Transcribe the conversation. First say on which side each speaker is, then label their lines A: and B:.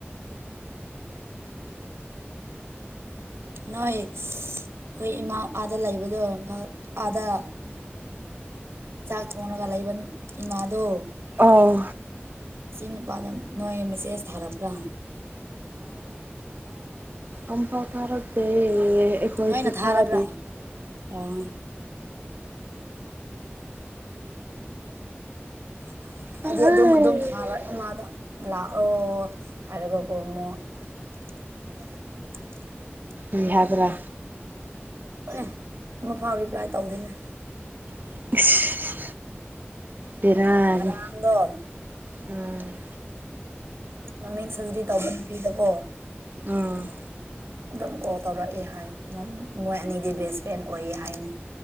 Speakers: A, on the right; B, on the right.
A: ꯅꯣꯏ ꯑꯩꯈꯣꯏ ꯏꯃꯥ ꯑꯥꯗ ꯂꯩꯕꯗꯣ ꯏꯝ ꯑꯥꯗ ꯆꯥꯛ ꯊꯣꯡꯉꯒ ꯂꯩꯏꯕ ꯏꯃꯥꯗꯣ
B: ꯑꯣ
A: ꯁꯤꯆ ꯅꯨꯄꯥꯗ ꯅꯣꯏ ꯃꯦꯁꯦꯁ ꯊꯥꯔꯕ꯭ꯔꯥ
B: ꯑꯝꯕ ꯇꯔꯛꯗꯦ ꯑꯩꯈꯣꯏꯁꯨ
A: ꯅꯣꯏꯅ ꯊꯥꯔꯕ꯭ꯔꯥ
B: ꯊꯥꯖ
A: ꯑꯣ <unintelligible> ꯍꯥꯏꯗꯤ
B: ꯀꯔꯤ
A: ꯑꯗꯨꯝ ꯑꯗꯨꯝ ꯊꯥꯔꯛ ꯏꯃꯥꯗ ꯂꯥꯛꯑꯣ ꯍꯥꯏꯔꯒꯀꯣ ꯑꯃꯨꯛ <unintelligible>
B: ꯕꯤꯍꯕ꯭ꯔꯥ
A: ꯑꯦ ꯑꯃꯐꯥꯎ ꯔꯤꯄ꯭ꯂꯥꯏ ꯇꯧꯗꯣꯏꯅꯦ
B: <unintelligible> ꯕꯔꯅꯤ
A: ꯉꯔꯥꯡꯗꯣ
B: ꯎꯝ
A: ꯃꯃꯤꯡ ꯁꯔꯖꯔꯤ ꯇꯧꯕ ꯅꯨꯄꯤꯗꯕꯣ
B: ꯎꯝ
A: ꯑꯗꯨꯝ ꯀꯣꯜ ꯇꯧꯔꯛꯑꯦ ꯍꯥꯏ ꯃꯣꯏ ꯑꯅꯤꯗꯤ ꯕꯦꯁ ꯐ꯭ꯔꯦꯟ ꯑꯣꯏꯌꯦ ꯍꯥꯏꯅꯤ